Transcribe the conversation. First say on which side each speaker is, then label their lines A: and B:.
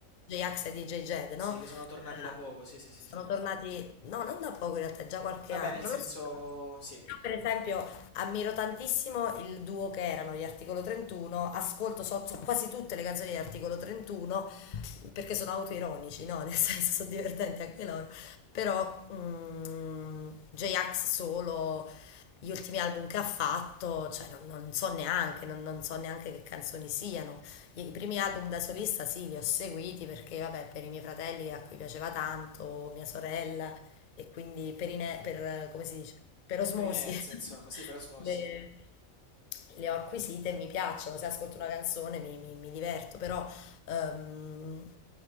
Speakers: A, on the left; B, on the left.
A: J-Ax e DJ Jed, no?
B: Sì, che
A: Eh,
B: sono tornati da poco, sì, sì, sì,
A: sono
B: sì.
A: tornati, no, non da poco in realtà, già qualche
B: Vabbè,
A: anno.
B: nel
A: Non
B: senso,
A: lo so.
B: sì,
A: Io, per esempio, ammiro tantissimo il duo che erano gli Articolo 31, ascolto so- so quasi tutte le canzoni di Articolo 31 perché sono autoironici, no? <laughs> Nel senso, sono divertenti anche loro. Però mm, J-Ax solo, gli ultimi album che ha fatto, cioè non, non so neanche, non non so neanche che canzoni siano. I primi album da solista sì, li ho seguiti perché, vabbè, per i miei fratelli a cui piaceva tanto, mia sorella, e quindi per, ine- per, eh, come si dice, per osmosi
B: per inerzia,
A: <laughs>
B: insomma, sì, per osmosi,
A: le- le ho acquisite e mi piacciono, se ascolto una canzone mi, mi- mi diverto, però ehm,